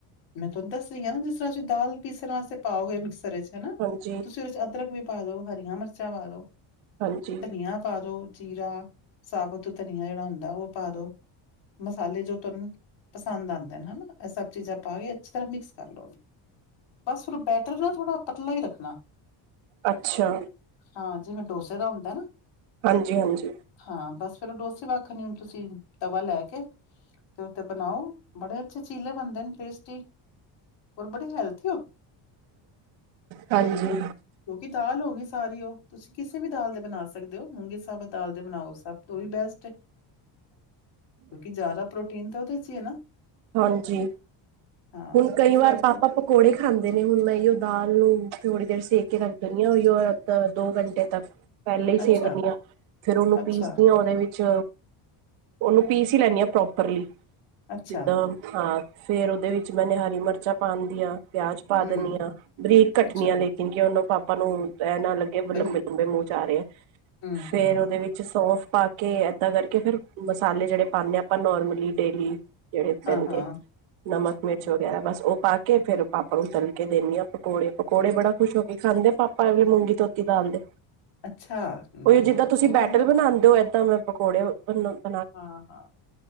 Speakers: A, on the left; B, on the right.
A: ਮੈਂ ਤੁਹਾਨੂੰ ਦੱਸ ਰਹੀ ਆ ਨਾ ਜਿਸ ਤਰ੍ਹਾਂ ਤੁਸੀਂ ਦਾਲ ਪੀਸਣ ਵਾਸਤੇ ਪਾਓਗੇ ਮਿਕਸਰ ਵਿਚ ਹੈਨਾ,
B: ਹਾਂਜੀ
A: ਤੁਸੀਂ ਉਹਦੇ ਚ ਅਦਰਕ। ਅਦਰਕ ਵੀ ਪਾ ਦੋ, ਹਰੀਆਂ ਮਿਰਚਾਂ ਪਾ ਦੋ,
B: ਹਾਂਜੀ
A: ਧਨੀਆ ਪਾ ਦੋ, ਜੀਰਾ। ਸਾਬਤ ਧਨੀਆ ਜਿਹੜਾ ਹੁੰਦਾ ਉਹ ਪਾ ਦੋ। ਮਸਾਲੇ ਜੋ ਤੁਹਾਨੂੰ ਪਸੰਦ ਆਉਂਦੇ ਨੇ ਹੈਨਾ ਇਹ ਸਭ ਚੀਜ਼ਾਂ ਪਾ ਕੇ। ਅੱਛੀ ਤਰ੍ਹਾਂ ਮਿਕਸ ਕਰ ਲਓ, ਬਸ ਫਿਰ ਬੈਟਰ ਨਾ ਥੋੜ੍ਹਾ ਪਤਲਾ ਹੀ ਰੱਖਣਾ।
B: ਅੱਛਾ।
A: ਹਾਂ ਜਿਵੇਂ ਡੋਸੇ ਦਾ ਹੁੰਦਾ ਨਾ।
B: ਹਾਂਜੀ-ਹਾਂਜੀ।
A: ਹਾਂ ਬਸ ਫੇਰ ਉਹ ਡੋਸੇ ਵਾਖਣ ਹੀ ਹੁਣ ਤੁਸੀਂ। ਤਵਾ ਲੈ ਕੇ ਤੇ ਉੱਥੇ ਬਣਾਓ ਬੜੇ ਅੱਛੇ ਚੀਲੇ ਬਣਦੇ ਨੇ ਟੇਸਟੀ ਔਰ ਬੜੀ ਹੈਲਥ
B: ਹਾਂਜੀ
A: ਕਿਉਂਕਿ ਦਾਲ ਹੋ ਗਈ ਸਾਰੀ ਉਹ, ਤੁਸੀਂ ਕਿਸੇ ਵੀ ਦਾਲ ਦੇ ਬਣਾ ਸਕਦੇ ਹੋ ਮੂੰਗੀ ਸਾਬਤ ਦਾਲ ਦੇ ਬਣਾਓ ਸਭ ਤੋਂ ਵੀ ਬੈਸਟ ਹੈ ਕਿਉਂਕਿ ਜ਼ਿਆਦਾ ਪ੍ਰੋਟੀਨ ਤਾਂ ਉਹਦੇ ਚ ਹੀ ਹੈ ਨਾ
B: ਹਾਂਜੀ
A: ਹਾਂ
B: ਹੁਣ ਕਈ
A: ਇਸ
B: ਵਾਰ
A: ਕਰਕੇ
B: ਪਾਪਾ ਕੋ ਪਕੌੜੇ ਖਾਂਦੇ ਨੇ, ਹੁਣ ਮੈਂ ਇਹੀਓ ਦਾਲ ਨੂੰ ਥੋੜੀ ਦੇਰ ਸੇ ਕੇ ਰੱਖ ਦਿੰਦੀ ਹਾਂ ਓਹੀਓ ਦੋ ਘੰਟੇ ਤੱਕ ਪਹਿਲੇ ਹੀ
A: ਅੱਛਾ
B: ਸੇ ਦੇਨੀ ਆਂ ਫਿਰ ਉਹਨੂੰ
A: ਅੱਛਾ
B: ਪੀਸਦੀ ਹਾਂ ਉਹਦੇ ਵਿੱਚ ਉਹਨੂੰ ਪੀਸ ਹੀ ਲੈਣੀ ਹਾਂ ਪ੍ਰੋਪਰਲੀ
A: ਅੱਛਾ
B: ਜਿੱਦਾਂ ਹਾਂ ਫ਼ੇਰ ਉਹਦੇ ਵਿੱਚ ਮੈਨੇ ਹਰੀ ਮਿਰਚਾਂ ਪਾਉਣ ਦੀਆਂ ਪਿਆਜ ਪਾ
A: ਹਮ
B: ਦਿੰਨੀ ਆ ਬਰੀਕ ਕੱਟਣੀ
A: ਅੱਛਾ
B: ਆ ਲੇਕਿਨ ਕਿ ਉਹਨੂੰ ਪਾਪਾ ਨੂੰ ਇਹ ਨਾ ਲੱਗ ਲੰਬੇ
A: ਬਈ
B: ਲੰਬੇ ਮੂੰਹ ਚ ਆ ਰਹੇ ਹੈ
A: ਹਮ
B: ਫੇਰ
A: ਹਮ
B: ਉਹਦੇ ਵਿੱਚ ਸੋਫ ਪਾ ਕੇ ਏਦਾਂ ਕਰਕੇ ਫਿਰ ਮਸਾਲੇ ਜਿਹੜੇ ਪਾਣੇ ਆਂ ਆਪਾਂ ਨੋਰਮਲੀ ਡੇਲੀ ਜਿਹੜੇ ਪੈਂਦੇ
A: ਹਾਂ ਹਾਂ
B: ਨਮਕ,
A: ਹਾਂ
B: ਮਿਰਚ
A: ਹਾਂ।
B: ਮੇ ਬਸ ਉਹ ਪਾ ਕੇ ਫੇਰ ਪਾਪਾ ਨੂੰ ਤਲ ਕੇ ਦਿੰਨੀ ਆਂ ਪਕੌੜੇ, ਪਕੌੜੇ ਬੜਾ ਖੁਸ਼ ਹੋ ਕੇ ਖਾਂਦੇ ਪਾਪਾ ਮੁੰਗੀ ਤੋਤੀ ਦਾਲ ਦੇ
A: ਅੱਛਾ
B: ਉਹੀ
A: ਬੜੀ
B: ਜਿੱਦਾਂ
A: ਅੱਛੀ
B: ਤੁਸੀਂ
A: ਗੱਲ
B: ਬੈਟਰ
A: ਹੈ
B: ਬਣਾਉਂਦੇ ਔ, ਏਦਾਂ ਮੈਂ ਪਕੌੜੇ ਬਨਾਂਦੀ
A: ਹਾਂ ਹਾਂ,